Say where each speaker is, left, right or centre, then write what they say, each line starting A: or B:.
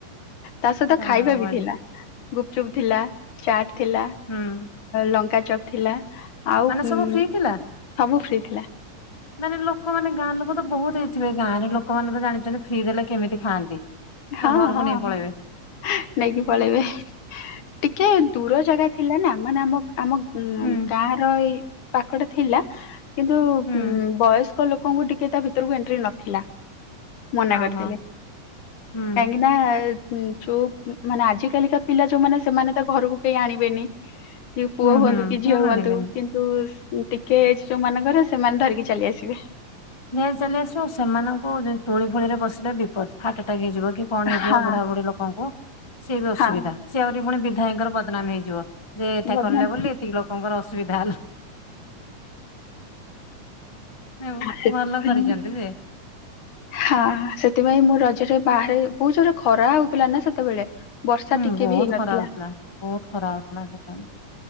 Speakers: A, on the left; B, on the left.
A: ତା ସହିତ
B: ଯାହା
A: ଖାଇବା
B: ହଉ
A: ବି
B: ବଢିଆ।
A: ଥିଲା ଗୁପ୍ ଚୁପ୍ ଥିଲା ଚାଟ୍ ଥିଲା।
B: ହୁଁ
A: ଲଙ୍କା ଚପ୍ ଥିଲା ଆଉ
B: ମାନେ ସବୁ
A: ଉଁ
B: ଫ୍ରି ଥିଲା?
A: ସବୁ ଫ୍ରି ଥିଲା।
B: ମାନେ ଲୋକମାନେ ଗାଁ ଲୋକ ତ ବହୁତ ହେଇଥିବେ ଗାଁରେ ଲୋକମାନେ ତ ଜାଣିଛନ୍ତି ଫ୍ରି ଦେଲେ କେମିତି ଖାଆନ୍ତି? ପୁରା
A: ହଁ
B: ଘରକୁ
A: ହଁ
B: ନେଇ ପଳେଇବେ।
A: <unintelligible> ନେଇକି ପଳେଇବେ ଟିକେ ଦୂର ଜାଗା ଥିଲା ନା ମାନେ ଆମ ଆମ ଉଁ
B: ହୁଁ
A: ଗାଁ ର ଏଇ ପାଖଟା ଥିଲା କିନ୍ତୁ ଉ
B: ହୁଁ
A: ବୟସ୍କ ଲୋକଙ୍କୁ ଟି ତା ଭିତରକୁ ଏଣ୍ଟ୍ରି ନଥିଲା ମନା
B: ଓହୋ
A: କରିଥିଲେ
B: ହୁଁ
A: କାହିଁକି ନାଁ ହଁ ଯୋଉ ମାନେ ଆଜିକାଲିକା ପିଲା ଯୋଉମାନେ ସେମାନେ ତ ଘରକୁ କେହି ଆଣିବେନି। କି ପୁଅ
B: ହୁଁ
A: ହୁଅନ୍ତୁ
B: ହୁଁ
A: କି ଝିଅ
B: ହଁ
A: ହୁଅନ୍ତୁ
B: ଆଣିବେନି।
A: କିନ୍ ତୁସ୍ ଟିକେ ଏଜ୍ ଯୋଉମାନଙ୍କର ସେମାନେ ଧରିକି ଚାଲି ଆସିବେ।
B: ନେଇ ଚାଲି ଆସିବ ଆଉ ସେମାନଙ୍କୁ ଜଉ ଦୋଳି ଫୋଳି ରେ ବସିଲେ ବିପଦ ହାର୍ଟ ଆଟାକ୍ ହେଇଯିବ କି? କଣ ହେଇଯିବ
A: ହଁ
B: ବୁଢ଼ା ବୁଢ଼ୀ ଲୋକଙ୍କୁ ସିଏ ବି ଅସୁବିଧା
A: ହଁ
B: ସେ ଆହୁରି ପୁଣି ବିଧାୟକଙ୍କର ବଦନାମ୍ ହେଇଯିବ। ଯେ ଏଠା
A: ବଦନାମ
B: କଲେ ବୋଲି ଏତିକି ଲୋକଙ୍କର ଅସୁବିଧା ହେଲା। ହଉ
A: ସେଥିପାଇଁ
B: ଭଲ କରିଛନ୍ତି ଯେ
A: ହଁ ସେଥିପାଇଁ ମୁଁ ରଜରେ ବାହାରେ ବହୁତ ଜୋରେ ଖରା ହଉଥିଲା ନା ସେତେବେଳେ? ବର୍ଷା
B: ହୁଁ
A: ଟିକେ
B: ବହୁତ
A: ବି ହେଇ ନଥିଲା।
B: ଖରା ହଉଥିଲା ବହୁତ ଖରା ହଉଥିଲା ସେ ଟାଇମ୍ ରେ